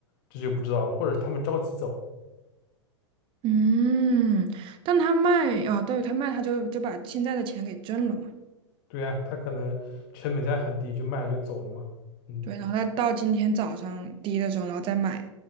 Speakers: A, on the left; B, on the right.
A: 这就不知道了。或者他们着急走，
B: 嗯，但他卖啊，对，他卖，他就就把现在的钱给挣了嘛。
A: 对啊，他可能成本价很低就卖了就走了嘛。嗯。
B: 对，然后他到今天早上低的时候，然后再买，